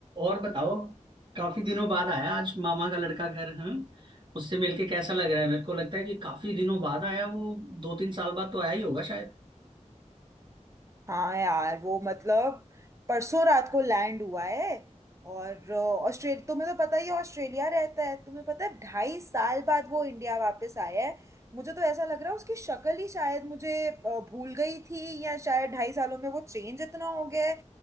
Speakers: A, on the right; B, on the right.
A: और बताओ काफी दिनों बाद आया आज मामा का लड़का घर हम्म उससे मिलके कैसा लग रहा है मेरे को लगता है कि काफी दिनों बाद आया वो दो तीन साल बाद तो आया ही होगा शायद
B: हाँ यार वो मतलब परसों रात को लैंड हुआ है और ऑस्ट्रेलिया तुम्हें तो पता ही है, ऑस्ट्रेलिया रहता है तुम्हें पता है ढाई साल बाद वो इंडिया वापस आया है मुझे तो ऐसा लग रहा है उसकी शक्ल ही शायद मुझे अ, भूल गई थी या शायद ढाई सालों में वो चेंज इतना हो गया है